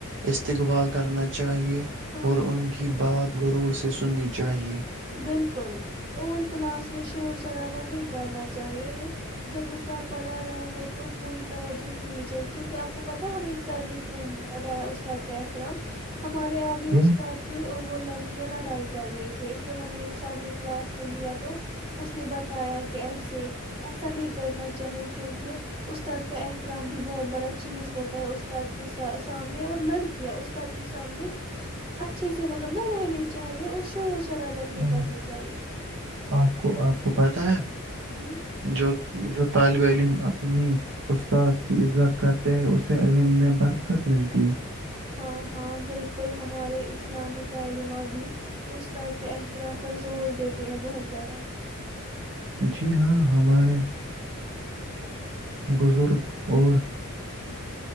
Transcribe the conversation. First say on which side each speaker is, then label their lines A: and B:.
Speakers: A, on the right; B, on the right.
A: استقبال کرنا چاہیے
B: ہاں
A: اور
B: جی
A: ان کی بات غرور سے سننی چاہیے
B: بالکل اور کلاس میں شور شراب نہیں کرنا چاہیے جب استاد پڑھ رہا ہو تو پوری توجہ دینی چاہیے کیونکہ آپ کو پت ہے ہمیں اس سر نے کیوں بناایا استاد کا احترام ہمارے آگے
A: کیوں
B: استاد تھے اور وہ لڑکیاں لڑائی کر رہے تھے پھر ہمیں سر نے کلاس میں لیا تو اس نے بتایا کہ ایسے ایسا نہیں کرنا چاہیے کیونکہ استاد کا احترام بھی بہت بڑا چیز ہوتا ہے استاد کے سامنے اور لڑکیاں استاد کے سامنے اچھے سے مطلب نہ رہنے چاہیے اور شور شرابہ نہیں
A: ہ
B: کرنی چاہیے
A: آپ کو آپ کو پتا ہے
B: جی
A: جو جو طالب علم اپنی استاد کی عزت کرتے ہیں اسے علم میں برکت ملتی ہے
B: ہاں ہاں بالکل ہمارے اس اسلامی تعلیمات بھی استاد کے ات طرح پر زور دیتے ہیں بہت زیادہ
A: جی ہاں ہمارے بزرگ اور